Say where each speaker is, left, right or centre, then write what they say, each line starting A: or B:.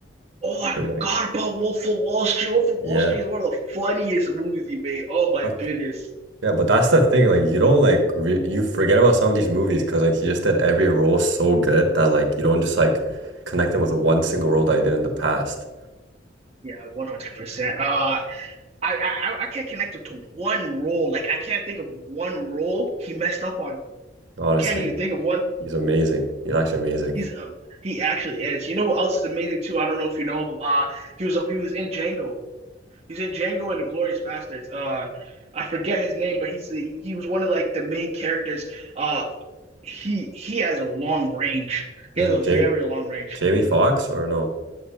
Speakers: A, on the right; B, on the right.
A: Oh, I
B: Pretty
A: forgot
B: like
A: about Wolf of Wall Street. Wolf of
B: yeah.
A: Wall Street is one of the funniest movies he made. Oh my
B: Not
A: goodness.
B: Yeah, but that's the thing. Like, you don't like re you forget about some of these movies because like he just did every role so good that like you don't just like connect him with one single role that he did in the past.
A: Yeah, 100%. Uh, I, I I can't connect it to one role. Like I can't think of one role he messed up on.
B: Honestly,
A: I can't even think of one.
B: he's amazing. He's actually amazing.
A: He's um, he actually is. You know what else is amazing too? I don't know if you know of him. Uh, he was he was in Django. He's in Django and the Glorious Bastards. Uh, I forget his name, but he's he was one of like the main characters. Uh, he he has a long range. He
B: Is
A: has
B: it
A: a very
B: Jamie
A: long range.
B: Jamie Foxx or no?